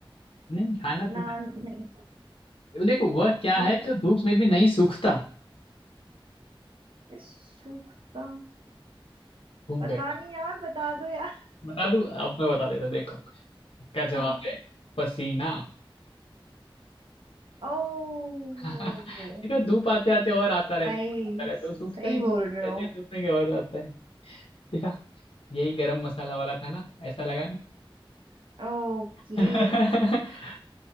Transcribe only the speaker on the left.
नहीं खाना
पीना
देखो वह क्या
है जो धूप में भी नहीं सूखता
घूम
गए
बता दूं अब मैं बता देता हूं, देखो इसका जवाब
है पसीना
<laughs> देखा धूप आते आते और आता रहता
आता रहता है, तो सूखता
ही नहीं
ऐसे सूखने के और आता है देखा यही गरम मसाला वाला था ना ऐसा लगा ना
<laughs>